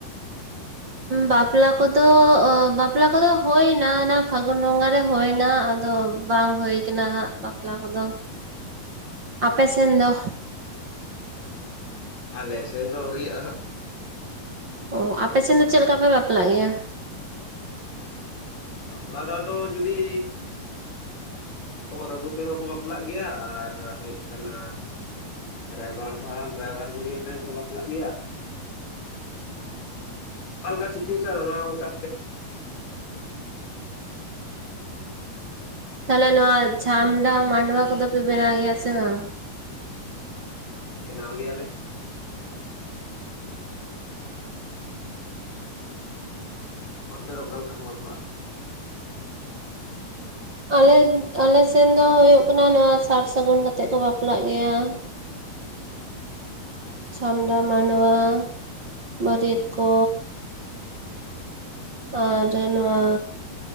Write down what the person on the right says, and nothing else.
ᱵᱟᱯᱞᱟ ᱠᱚᱫᱚ ᱵᱟᱯᱞᱟ ᱠᱚᱫᱚ ᱦᱳᱭ ᱮᱱᱟ ᱚᱱᱟ ᱯᱷᱟᱹᱜᱩᱱ ᱵᱚᱸᱜᱟ ᱨᱮ ᱦᱳ ᱮᱱᱟ ᱟᱫᱚ ᱵᱟᱝ ᱦᱩᱭ ᱠᱟᱱᱟ ᱦᱟᱸᱜ ᱵᱟᱯᱞᱟ ᱠᱚᱫᱚ ᱟᱯᱮ ᱥᱮᱱ ᱫᱚ
ᱚ ᱟᱯᱮ ᱥᱮᱱ ᱫᱚ ᱪᱮᱫ ᱞᱮᱠᱟ ᱯᱮ ᱵᱟᱯᱞᱟᱜ ᱜᱮᱭᱟ
ᱛᱟᱦᱞᱮ ᱱᱚᱣᱟ ᱪᱷᱟᱢᱰᱟ ᱢᱟᱰᱣᱟ ᱠᱚᱫᱚ ᱯᱮ ᱵᱮᱱᱟᱣ ᱜᱮᱭᱟ ᱥᱮ ᱵᱟᱝ?
ᱟᱞᱮ ᱟᱞᱮ ᱥᱮᱱ ᱫᱚ ᱦᱩᱭᱩᱜᱳᱜ ᱠᱟᱱᱟ ᱱᱚᱣᱟ ᱥᱟᱨ ᱥᱟᱹᱜᱩᱱ ᱠᱟᱛᱮᱜ ᱠᱚ ᱵᱟᱯᱞᱟᱜ ᱜᱮᱭᱟ᱾ <inaudible> ᱪᱷᱟᱢᱰᱟ ᱢᱟᱰᱣᱟ ᱵᱟᱹᱨᱭᱟᱹᱛ ᱠᱚ ᱟᱨ ᱱᱚᱣᱟ